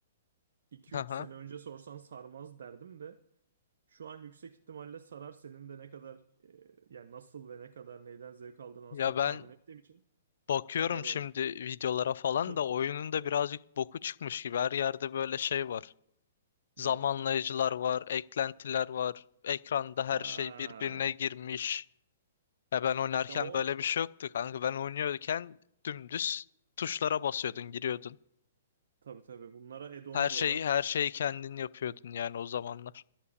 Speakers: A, on the right (about 70°); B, on the left (about 70°).
A: 2
B: Aha.
A: üç sene önce sorsan sarmaz derdim de şu an yüksek ihtimalle sarar senin de ne kadar e, yani nasıl ve ne kadar neyden zevk aldığını az
B: Ya
A: çok
B: ben
A: tahmin ettiğim için
B: bakıyorum
A: sarar
B: şimdi
A: yani.
B: videolara falan
A: <laughs>
B: da oyunun da birazcık boku çıkmış gibi. Her yerde böyle şey var. Zamanlayıcılar
A: ney var?
B: var, eklentiler var. Ekranda her
A: Ha.
B: şey birbirine girmiş. Ya ben oynarken
A: Ya o
B: böyle bir şey yoktu kanka. Ben oynuyorken dümdüz tuşlara basıyordun, giriyordun.
A: tabii tabii bunlara add-on
B: Her şeyi
A: diyorlar.
B: her şeyi kendin yapıyordun yani o zamanlar.